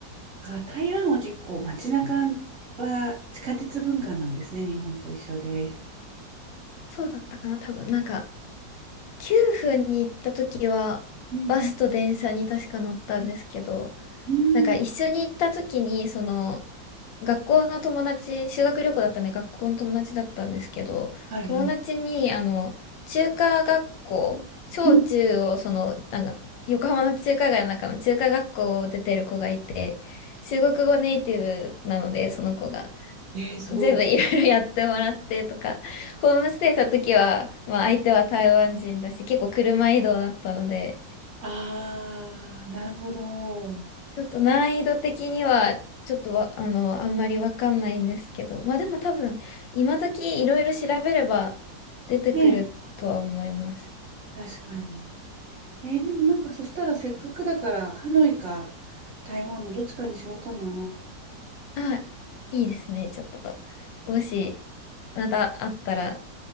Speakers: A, on the right (about 50°); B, on the left (about 80°).
A: あ台湾は結構街中は地下鉄文化なんですね、日本と一緒で。
B: <laughs> そうだったかな、多分。なんか9分に行った時はバスと電車に確か乗ったんですけど、
A: うんうん。
B: なんか一緒に行った時にその
A: うん
B: 学校の友達、修学旅行だったんで学校の友達だったんですけど、
A: はいはい。
B: 友達に、あの、中華学校、小中を、
A: うん
B: その、なんか、横浜の中華街の中の中華学校を出てる子がいて、中国語ネイティブなので、その子が、
A: ねえ、すごい。
B: 全部いろいろやってもらってとか、ホームステイした時は、まあ相手は台湾人だし、結構車移動だったので、
A: ああ、なるほど。
B: ちょっと難易度的には、ちょっとわ、あの、あんまりわかんないんですけど、まあでも多分、今時いろいろ調べれば出てくるとは思います。
A: ねえ、確かに。えーでもなんかそしたらせっかくだから、ハノイか台湾のどっちかにしようかな。
B: あ、いいですね。ちょっと、もし、またあったら、